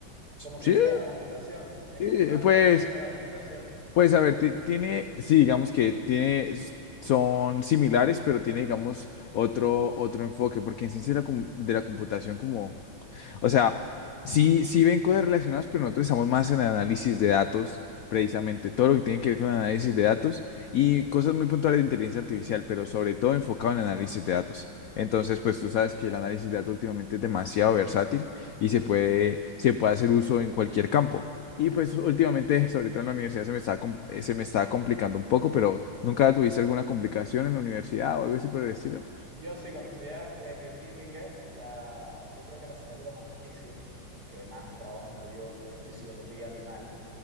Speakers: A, on the right; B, on the left.
A: como ciencias
B: Sí,
A: de la computación. Es
B: sí,
A: como igual
B: pues,
A: como ciencias de la computación.
B: pues a ver, ti- tiene, sí, digamos que tiene, s- son similares, pero tiene, digamos, otro, otro enfoque, porque en ciencia de la, com- de la computación, como O sea, sí, sí ven cosas relacionadas, pero nosotros estamos más en análisis de datos, precisamente, todo lo que tiene que ver con análisis de datos y cosas muy puntuales de inteligencia artificial, pero sobre todo enfocado en análisis de datos. Entonces, pues tú sabes que el análisis de datos últimamente es demasiado versátil y se puede, se puede hacer uso en cualquier campo. Y pues
A: sí.
B: últimamente, sobre todo en la universidad, se me está, com- eh, se me está complicando un poco, pero ¿nunca tuviste alguna complicación en la universidad o algo así por el estilo?
A: Yo sí, cuando estudié eh, bioquímica, la, yo creo que la asignatura más difícil, que más trabajo me dio, fue fisiología animal.